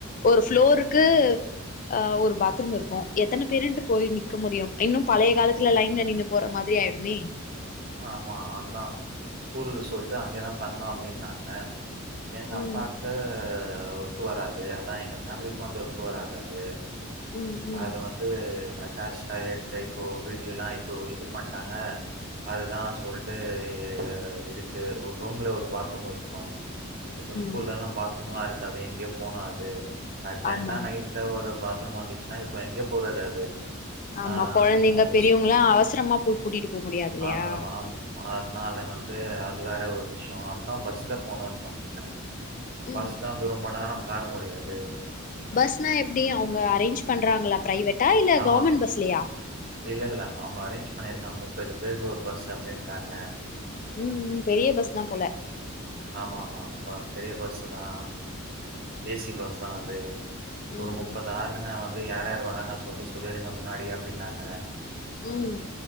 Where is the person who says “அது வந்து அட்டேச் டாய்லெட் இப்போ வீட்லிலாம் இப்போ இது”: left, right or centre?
Right